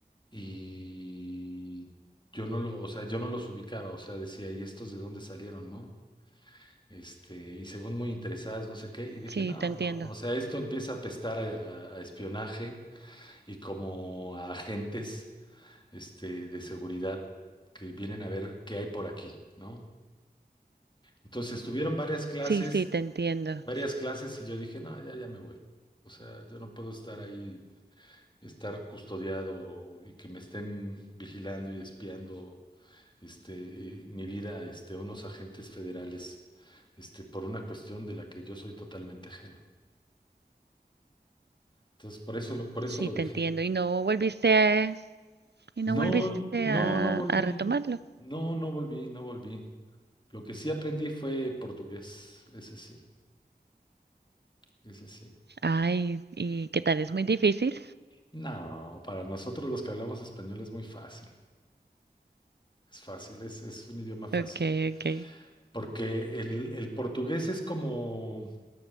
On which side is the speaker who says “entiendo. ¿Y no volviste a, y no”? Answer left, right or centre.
Right